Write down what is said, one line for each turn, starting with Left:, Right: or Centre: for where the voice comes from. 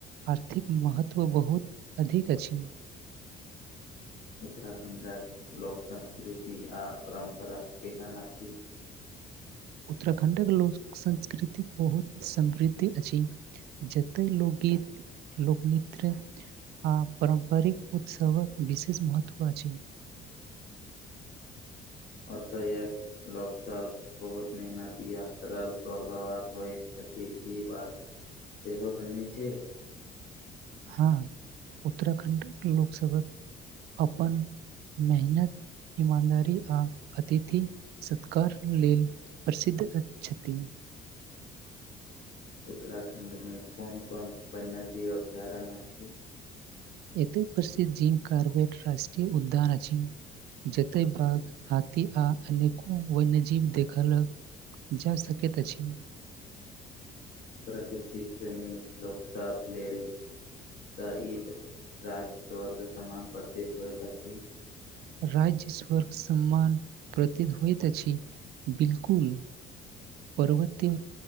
Right: आर्थिक महत्व बहुत अधीक अछि
Left: उत्तराखण्डक लोक संस्कृति आ परम्परा केहन अछि
Right: उत्तराखण्डक लोक संस्कृति बहुत समृद्ध अछि जतेय लोकगीत लोकनृत्य आ पारम्परिक उत्सवक विशेष महत्व अछि <inaudible>
Left: ओतयक लोक सब बहुत मेहनती आ सरल स्वभाव बक होइत छथि ई बात सेहो सुै छी
Right: हँ उत्तराखण्ड लोकसभक अपनन मेहनत ईमानदारी आ अतिथि सत्कार लेल प्रसिद्ध छथि
Left: उत्तराखण्डमे कोन कोन वन्यजीव अभयारण्य अछि
Right: एतय प्रसिद्ध जिम कार्वेट राष्ट्रीय उद्यान अछि जते बघ हाथी आ अनेको वन्यजीव देखलक जा सकैत अछि
Left: प्रकृति प्रेमी लोकसभ लेल तऽ ई त राज स्वर्ग समान पतित होइत अछि
Right: राज्य स्वर्ग सम्मान प्रतित होइतत अछि बिलकुल पर्वतीय